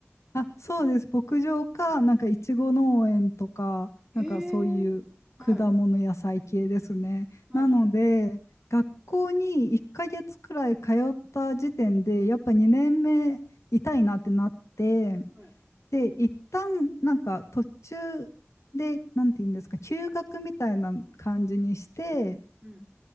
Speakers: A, on the left; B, in the centre.
A: あ、そうです。牧場か、なんかいちご農園とか、
B: へえ。
A: なんかそういう果物野菜系ですね。
B: はい。はいはい
A: なので、学校に1ヶ月くらい通った時点で、やっぱ2年目痛いなってなって、
B: はい。
A: で、一旦なんか途中で、なんていうんですか、休学みたいな感じにして、
B: うん。